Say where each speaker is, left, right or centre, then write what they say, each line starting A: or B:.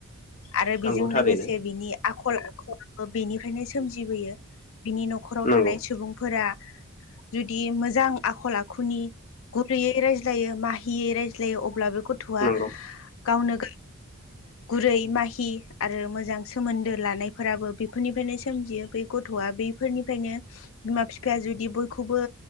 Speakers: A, on the left (about 65°); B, on the left (about 35°).
A: आरो बेजों
B: नंगौ थारैनो
A: लोगोसे बिनि आखल आखुबो बेनिफ्रायनो सोमजिबोयो। बिनि नखराव
B: नंगौ
A: थानाय सुबुंफोरा जुदि मोजां आखल आखुनि गुरैयै रायज्लायो माहियै रायज्लायो अब्ला बे गथ'आ
B: नंगौ
A: गावनो गाव
B: <inaudible>
A: गुरै माहि आरो मोजां सोमोन्दो लानायफोराबो बेफोरनिफ्रायनो सोमजियो बै गथ'आ बै फोरनिफ्रायनो बिमा बिफाया जुदि बयखौबो